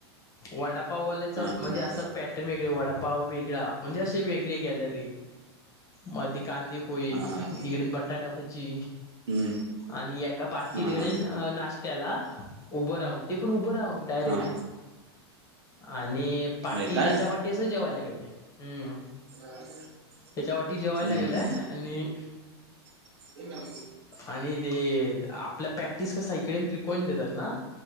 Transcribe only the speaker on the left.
वडाप पाववाल्याचा
म्हणजे
असं पॅटर्न वेग वडापाव वेगळा म्हणजे अशी वेगळी गॅलरी. मधी कान देऊ पोई
इकडेन बटाटा भजी
आणि एका पाट्टी
तिकडेन
अ नाश् त्याला उभं राहून, ते पण उभं राहून डायरेक्ट
आणि पाटी
त्याच्या पाटी <unintelligible> जेवायला गेलंय. हम्म.
त्याच्या वाटी जेवायला
गेलाय, आणि
आणि ते आपल्या पॅक्टिस कसा इकडे त्रिकोणी देतात ना.